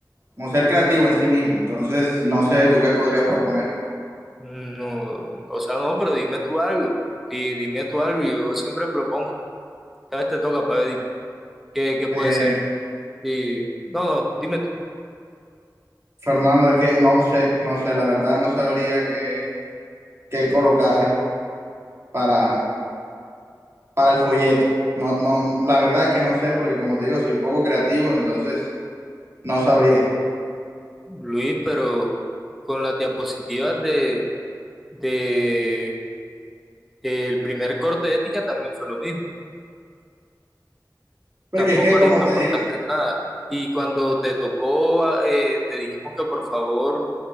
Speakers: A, on the right; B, in the centre.
A: como ser creativo en sí mismo. Entonces, no sé tú qué podrías proponer.
B: No, o sea, no, pero dime tú algo. Di- dime tú algo, yo siempre propongo. Cada vez te toca para ver, dime. ¿Qué, qué puede
A: Eh,
B: ser? Y, no, no, dime tú.
A: Fernando, es que no sé, no sé, la verdad no sabría qué, qué colocar para, para el folleto. No, no, la verdad es que no sé, porque como te digo, soy poco creativo, entonces no sabría.
B: Luis, pero con las diapositivas de, de, el primer corte de ética también fue lo mismo.
A: Porque
B: Tampoco
A: es que, como
B: ahí aportaste
A: te digo,
B: nada. Y cuando te tocó, a- eh, te dijimos que por favor